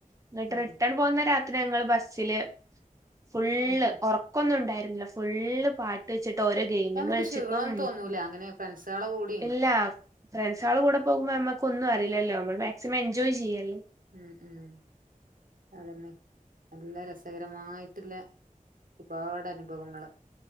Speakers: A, on the right; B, on the right.
A: എന്നിട്ട്
B: ഉം
A: റിട്ടേൺ പോന്ന രാ ത്രി ഞങ്ങള് ബസില് ഫുള്ള്
B: ഉം ഉം
A: ഉറക്കൊന്നും ഉണ്ടായിരുന്നില്ല ഫുള്ള് പാട്ട് വെച്ചി ട്ട് ഓരോ ഗെയിമിങ്
B: അപ്പൊ നമുക്ക്
A: കളിച്ചിട്ടും
B: ക്ഷീണൊന്നും തോന്നൂല അങ്ങനെ ഫ്രണ്ട്സുകളെ കൂടിയും
A: ഇല്ല ഫ്രണ്ട്സാളെ കൂടെ പോകുമ്പോ നമ്മുക്ക് ഒന്നും അറിയില്ലല്ലോ നമ്മൾ മാക്സിമം എൻജോയ് ചെയ്യല്ലേ
B: ഉം ഉം അതന്നെ നല്ല രസകരമായിട്ടില്ലെ ഒരുപാട് അനുഭവങ്ങള്